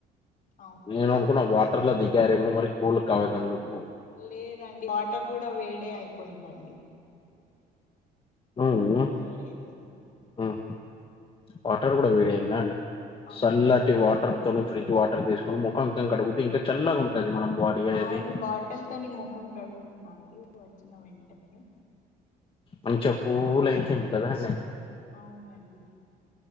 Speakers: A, on the left; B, on the left.
A: అవును
B: నేను అనుకున్నా వాటర్ లో దిగి దిగారేమో మరి కూల్ కావడానికి అందుకు
A: లేదండి వాటర్ కూడా వేడే అయిపోయిందండి
B: ఉమ్
A: పల్లవ లేదు
B: ఉమ్ వాటర్ కూడా వేడియిందా అండి
A: అవునండి
B: సల్లటి వాటర్ తోని ఫ్రిజ్ వాటర్ తీసుకొని ముఖం ఇంకా కడుగుతే ఇంకా చల్లగా ఉంటుది మనం బాడీ అనేది
A: అవును బాటల్ తోనీ ముఖం కడుక్కున్నా అండి వచ్చిన వెంటనే
B: మంచి పూల అయింతం ము కదనే
A: అవునండి